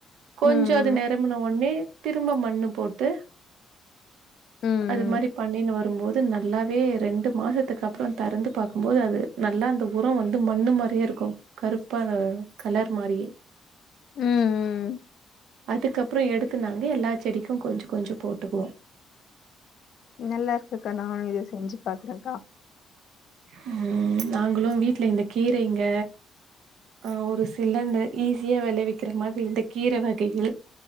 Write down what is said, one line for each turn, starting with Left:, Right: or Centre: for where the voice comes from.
Right: கொஞ்சோ
Left: ம்.
Right: அது
Left: ம்.
Right: நேரோ உன்னே திரும்ப மண்ணு போட்டு
Left: ம்.
Right: அது மாதிரி பண்ணி னு வரும்போது அ நல்லாவே ரெண்டு மாசத்துக்கு அப்றோ திறந்து பார்க்கும்போது அது நல்லா அந்த உரோ வந்து மண்ணு மாறியே இருக்கும் கருப்பான கலர் மாரி
Left: ம் ம்
Right: அதுக்கப்றோ எடுத்து நாங்க எல்லா செடிக்கு கொஞ்சோ கொஞ்சோ போட்டுக்குவோ
Left: நல்லா இருக்குக்கா நானு இத செஞ்சு பாக்குறேக்கா
Right: ஆ நாங்களு வீட்ல இந்த கீரைங்க ஆ ஒரு சிலந்த ஈஸியா விளைவிக்கிற மாதிரி இந்த கீரை வகைகள்